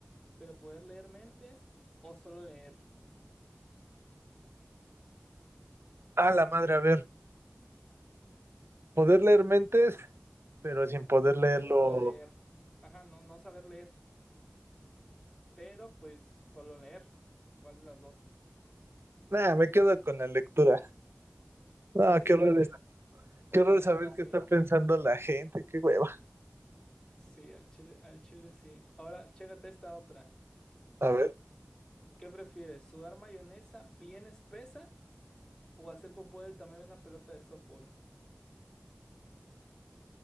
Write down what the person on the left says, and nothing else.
pero poder leer mentes? ¿O solo leer,
pero no leer? Ajá, no, no saber leer, pero pues solo leer. ¿Cuál de las dos?
Pues sí,
la,
la
neta
sí.
Sí, al chile, al chile sí. Ahora, chécate esta otra.
¿Qué prefieres? ¿Sudar mayonesa bien espesa o hacer popó del tamaño de una pelota de softball?